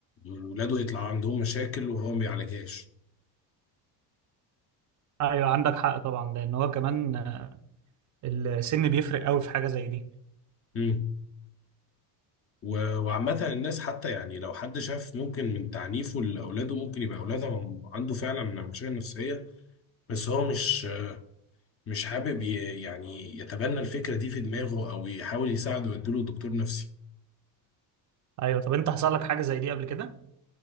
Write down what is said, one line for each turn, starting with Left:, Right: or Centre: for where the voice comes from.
Left: ولاده يطلع عندهم مشاكل وهو ما بيعالجهاش
Right: ايوه عندك حق طبعا لان هو كمان آه، السن بيفرق قوي في حاجة زي دي
Left: مم. و... وعامة الناس حتى يعني لو حد شاف ممكن من تعنيفه لأولاده ممكن يبقى أولاده عنده فعلا مشاكل نفسية بس هو مش مش حابب ي- يعني يتبنى الفكرة دي في دماغه أو يحاول يساعده ويديله دكتور نفسي
Right: ايوه طب انت حصل لك حاجة زي دي قبل كده